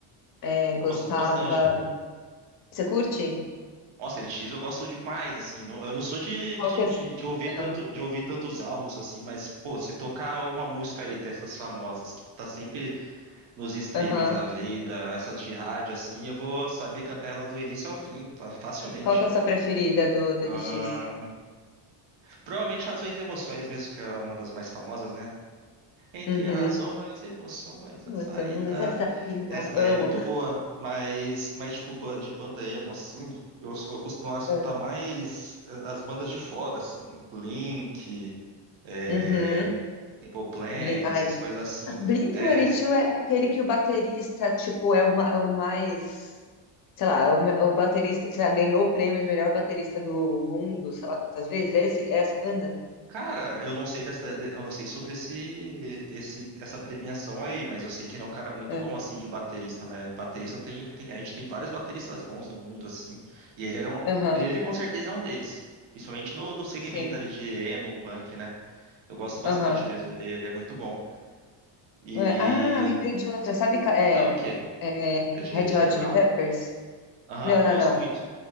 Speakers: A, on the left (about 50°); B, on the right (about 75°).
A: É, gostava.
B: gosto bastante.
A: Você curte?
B: Nossa, NX eu gosto demais, assim. não- eu não sou de,
A: Qual
B: de,
A: que é.
B: de,
A: a
B: de ouvir
A: Ah,
B: tanto, de ouvir tantos álbuns assim, mas, pô, se tocar uma música aí dessas famosas que tá sempre nos streamings
A: Aham.
B: da vida, essas de rádio, assim, eu vou saber cantar ela do início ao fim, fa- facilmente.
A: Qual que é a sua preferida do, do
B: Ah,
A: Orixis?
B: provavelmente Razões e Emoções mesmo, que é uma das mais famosas, né? Entre
A: Uhum.
B: razões, emoções, a
A: Emoções,
B: saída.
A: a saída,
B: Essa daí é
A: amo.
B: muito boa, mas, mas tipo, ba- de banda emo, assim, eu, s- eu costumo escutar
A: É.
B: mais a- as bandas de fora, assim, Blink, é,
A: Uhum.
B: Simple Plan,
A: Blink, ai.
B: essas coisas assim.
A: Blink-182
B: É, s-
A: é aquele que o baterista, tipo, é o, ma- é o mais... Sei lá, é o, me- é o baterista... Sei lá, ganhou o prêmio de melhor baterista do mundo, sei lá quantas vezes. É, esse, é essa banda?
B: Cara, eu não sei dessa, de- eu não sei sobre esse, esse, essa premiação aí, mas eu sei que ele é um cara muito
A: É.
B: bom assim de baterista, né? Baterista tem, tem- a gente tem vários bateristas bons no mundo assim, e ele era um,
A: Aham.
B: ele com certeza é um deles, principalmente no, no segmento
A: Sim.
B: ali de emo, punk, né? Eu gosto bastante
A: Aham.
B: mesmo, ele, ele é muito bom. E
A: Ué, Ah, lembrei de outra. Sabe... ca- É,
B: não, o quê?
A: é,
B: É de
A: Red
B: Charlie
A: Hot Chili
B: Brown?
A: Peppers?
B: Aham,
A: Não, não,
B: gosto
A: não.
B: muito,